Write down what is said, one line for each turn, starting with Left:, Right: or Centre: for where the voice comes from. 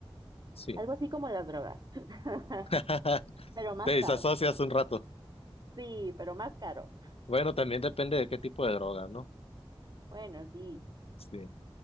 Left: Sí.
Right: algo así como las drogas, <laughs>
Left: <laughs>
Right: pero más
Left: Te desasocias
Right: caro,
Left: un rato.
Right: sí, pero más caro.
Left: Bueno, también depende de qué tipo de droga, ¿no?
Right: Bueno, sí,
Left: Sí.